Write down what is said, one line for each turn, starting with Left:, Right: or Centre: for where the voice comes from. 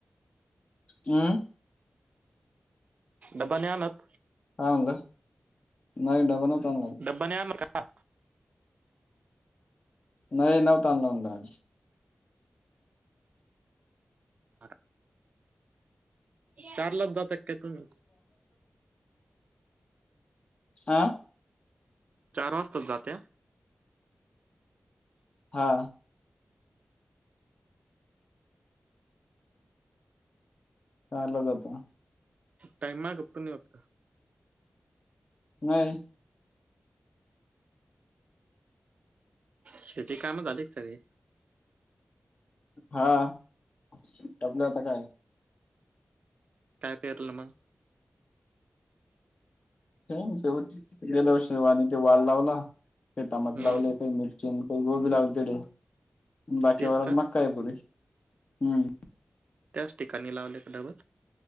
Left: हू.
Right: डबा नहीं आणत.
Left: का म्हणल नाही डबा नहीं आणत.
Right: डबा नाही आणत का?
Left: नाही नव्हता आणला डबा.
Right: का चारलाच जाता का काय तुम्ही
Left: हा.
Right: चार वाजताच जात्या.
Left: हा. चारला जातो.
Right: टाइमा कपडून नि होत का?
Left: नाही.
Right: शेती कामं झाली का सगळी
Left: हा आपलं आता काय?
Right: काय पेरलं मग?
Left: हे तेव गेल्या शेवा आणि ते वाल लावला, ते टमाट
Right: हम्म
Left: लावले, मिरची आणि गोबी लावून पिढ बाकी
Right: तेच
Left: व
Right: का
Left: मका आहे प पुरी हम्म.
Right: त्याच ठिकाणी लावले एक ढबल